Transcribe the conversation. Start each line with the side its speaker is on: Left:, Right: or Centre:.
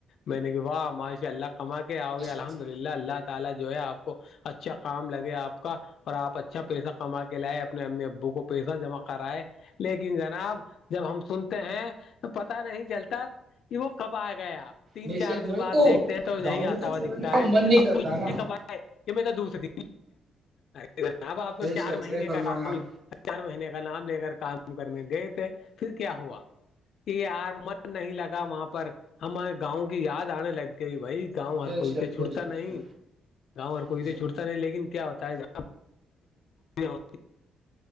Left: میں نے کہ واہ معاشی اللہ کما کے آؤ
Right: بے
Left: گے
Right: شک
Left: الحمد للہ اللہ تعالی جو ہے آپ کو اچھا کام لگے آپ کا اور آپ اچھا پیسہ کما کے لائے اپنے امی ابو کو پیسہ جمع کرائے لیکن جناب جب ہم سنتے ہیں تو پت نہیں چلتا کہ وہ کب آئے گئے آپ تین
Right: بے
Left: چار
Right: شک
Left: دن
Right: وہی
Left: بعد
Right: تو
Left: دیکھتے ہیں تو یہ
Right: گاؤں
Left: آتا
Right: کو
Left: ہوا
Right: چھوڑنے
Left: دکھتا
Right: کا
Left: ہے
Right: من نہیں
Left: اب
Right: کرتا
Left: پوچھتے
Right: نا
Left: کبھار کہ میں تو دوسر د ارے جناب آپ تو
Right: بے
Left: چار
Right: شک
Left: مہینے
Right: صحیح فرمایا
Left: کا کام
Right: آپ
Left: چار مہینے کا نام لے کر کام کرنے گئے تھے پھر کیا ہوا کہ آپ من نہیں لگا وہاں پر ہمارے گاؤں کی یاد آنے لگ گئی بھائی گاؤں ہر
Right: بے
Left: کوئیت
Right: شک
Left: تو چھٹتا
Right: بے شک
Left: نہیں
Right: بے
Left: گاؤں ہر
Right: شک۔
Left: کوئیے چھوٹتا لیکن کیا ہوتا ہے ذ ہو